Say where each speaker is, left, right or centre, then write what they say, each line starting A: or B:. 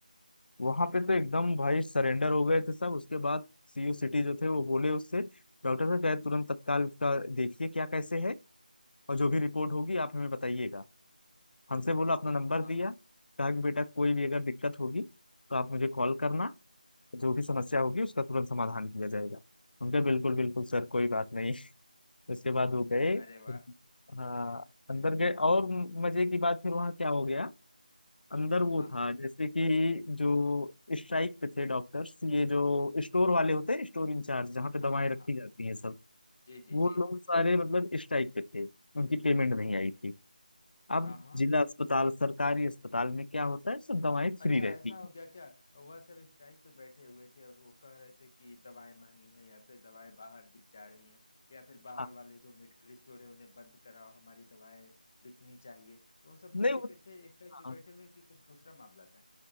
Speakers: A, on the left; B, on the left.
A: वहां पे तो एकदम भाई सरेंडर हो गए थे सब उसके बाद सीईओ सिटी जो थे वो बोले उससे डॉक्टर साहब क्या है, तुरंत तत्काल इसका देखिए क्या कैसे है और जो भी रिपोर्ट होगी आप हमें बताइएगा हमसे बोला अपना नंबर
B: हाँ
A: दिया
B: हाँ
A: कहा कि बेटा कोई भी अगर दिक्कत होगी तो आप मुझे कॉल करना जो भी समस्या होगी उसका तुरंत समाधान किया जाएगा उनका बिल्कुल बिल्कुल सर कोई बात नहीं उसके बाद वो गए
B: अरे वाह
A: हाँ अंदर गए और मजे की बात फिर वहाँ क्या हो गया अंदर वो
B: हाँ
A: था
B: हाँ
A: जैसे कि जो स्ट्राइक पे थे डॉक्टर्स ये जो स्टोर वाले होते हैं स्टोर इंचार्ज जहाँ पे
B: हाँ
A: दवाएं
B: हाँ
A: रखी
B: हाँ
A: जाती हैं सब
B: जी जी
A: वो
B: जी
A: लोग सारे मतलब स्ट्राइक पे थे उनकी पेमेंट नहीं आई थी अब
B: हाँ हाँ
A: जिला अस्पताल सरकारी अस्पताल में क्या होता है सब दवाएं फ्री
B: अच्छा
A: रहती
B: ऐसा हो
A: हैं
B: गया क्या वह सब स्ट्राइक पे बैठे हुए थे और वो कह रहे थे कि दवाएं महंगी हैं या फिर दवाएं बाहर बिक जा रही हैं या फिर बाहर
A: हाँ
B: वाले जो मेडिकल स्टोर है उन्हें बंद कराओ हमारी दवाएं बिकनी चाहिए तो उन सबको
A: नहीं
B: लेके थे
A: होता
B: स्ट्राइक पे बैठे हुए कि कुछ दूसरा मामला था